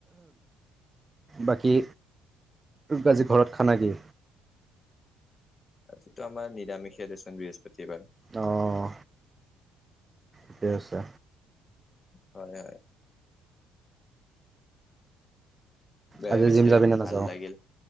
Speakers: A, on the right (about 25°); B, on the left (about 35°).
A: বাকী আজি ঘৰত খানা কি?
B: যিটো আমাৰ নিৰামিষ দেচোন। বৃহস্পতিবাৰ।
A: অহ। ঠিকে আছে।
B: হয়। হয়। দিয়া
A: আজি
B: পিছে,
A: জিম যাবিনে নাযাওঁ
B: ভাল লাগিল।